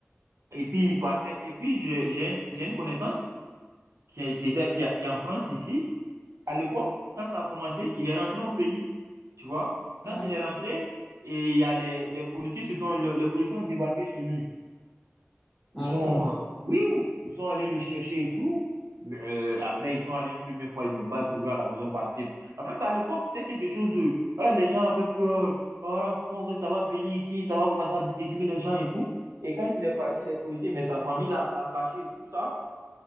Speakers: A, on the right; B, in the centre.
A: et puis, ils partaient. Et puis, j'ai, j'ai un- j'ai une connaissance qui, est- qui était, qui, est- qui est en France ici. À l'époque, quand ça a commencé, il est rentré au pays. Tu vois? Quand
B: Ouais.
A: il est rentré, et il y a les, les policiers se sont, le- les policiers ont débarqué chez lui. Ils
B: Ah
A: sont,
B: bon?
A: euh, oui, ils sont allés le chercher et tout. Mais euh, après, ils sont allés une première fois, ils n'ont pas trouvé à la maison passible. En fait, à l'époque, c'était quelque chose de, voilà, les gens avaient peur. Voilà, faut voir que ça va venir ici, ça va commencer à décimer les gens et tout. Et quand il est parti, les policiers, mais sa famille l'a l'a caché et tout ça.